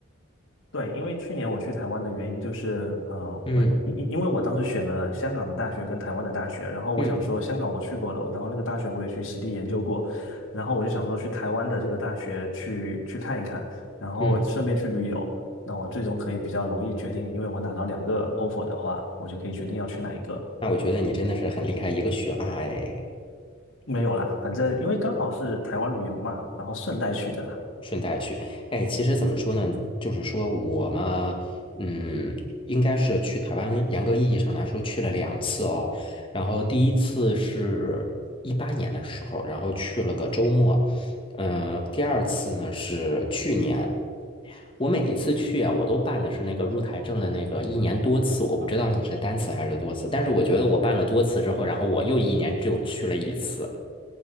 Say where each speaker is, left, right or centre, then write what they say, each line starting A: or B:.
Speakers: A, on the left; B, on the left.
A: 对，因为去年我去台湾的原因就是，呃，
B: 嗯
A: 我因因因为我当时选了香港的大学跟台湾的大学，然后我想说香港我去过了，
B: 嗯
A: 然后那个大学我也去实地研究过，然后我就想说去台湾的这个大学去去看一看，然后顺便去旅游，
B: 嗯，
A: 那我最终可以比较容易决定，因为我拿到两个 offer 的话，我就可以决定要去哪一个。
B: 那我觉得你真的是很厉害一个学霸哎。
A: 没有啦，反正因为刚好是台湾旅游嘛，然后顺带去的啦。
B: 顺带去，哎，其实怎么说呢？就是说我嘛，嗯，应该是去台湾，严格意义上来说去了两次哦。然后第一次是一八年的时候，然后去了个周末，嗯、第二次呢是去年。我每一次去啊，我都办的是那个入台证的那个一年多次，我不知道你是单次还是多次，但是我觉得我办了多次之后，然后我又一年就去了一次。